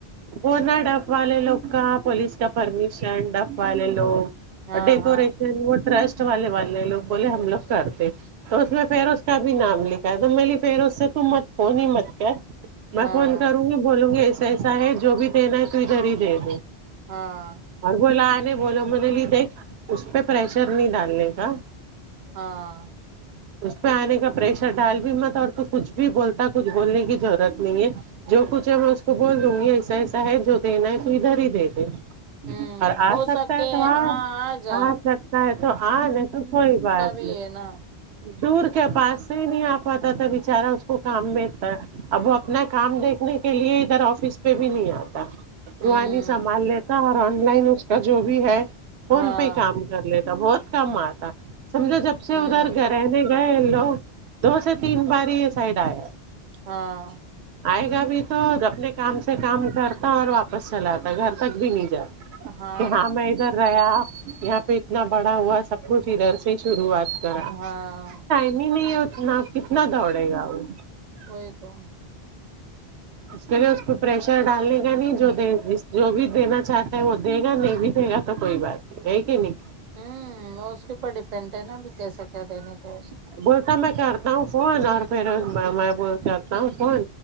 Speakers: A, on the right (about 80°); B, on the right (about 50°).
A: وہ نا دف والے لوگ کا پولیس کا پرمیشن دف والے لوگ
B: ہاں
A: اور ڈیکوریشن
B: ہاں
A: وہ ٹرسٹ والے والے لوگ بولے ہم لوگ کرتے تو اس میں فیروز کا بھی نام لکھا ہے تو میں بولی فیروز سے تم مت فون ہی مت کر میں
B: ہاں
A: فون کروں گی بولوں گی حصہ ہے جو بھی دینا ہے تو ادھر ہی دے دے
B: ہاں
A: اور بولا آ نے بولو میں نےبولی دیکھ اس پہ پریشر نہیں ڈالنے کا
B: ہاں
A: اس پہ آنے کا پریشر ڈال بھی مت اور تو کچھ بھی بولتا کچھ بولنے کی ضرورت نہیں ہے جو کچھ ہے میں اس کو بول لوں گی ایسا ایسا ہے جو دینا ہے تو ادھر ہی دے دے
B: ہوں
A: اور آ
B: ہو
A: سکتا
B: سکے
A: ہے تو آ
B: ہاں جا
A: آ سکتا ہے تو آ نہیں تو کوئی بات
B: نہیں ہے نا
A: دور کیا پاس سے ہی نہیں آ پاتا تھا بچارا اس کو کام میں اب وہ اپنا کام دیکھنے کے لیے ادھر آفس پہ بھی نہیں آتا
B: ہوں
A: روحان ھی سنبھال لیتا اور آن لائن اس کا جو بھی ہے فون
B: ہاں
A: پہ ہی کام کر لیتا بہت کم آتا سمجھو جب سے
B: ہوں
A: ادھر رہنے گئے لوگ دو سے تین بار یہ سائڈ آیا ے
B: ہاں
A: آئے گا بھی تو اپنے کام سے کام کرتا اور واپس چلاجاتا گھر تک بھی نہیں جاتا
B: ہاں
A: <unintelligible>
B: نا
A: ادھر رہا یہاں پہ اتنا بڑا ہوا سب کچھ ادھر سے شروعات کرا
B: ہاں
A: نہیں نہیں یہ اتنا کتنا دوڑے گا وہ
B: وہی تو
A: پہلے اس کو پریشر ڈالنے کا نہیں جو جو بھی دینا چاہتا ہے وہ دے گا نہیں بھی دے گا تو کوئی بات نہیں ہے کہ نہیں
B: ہمم وہ اس کے اوپر ڈیپینڈ ہے نا ابھی کیسا کیا دینے کا اس کو
A: بولتا میں کرتا ہوں فون اور پھر میں مہ کرتا ہوں فون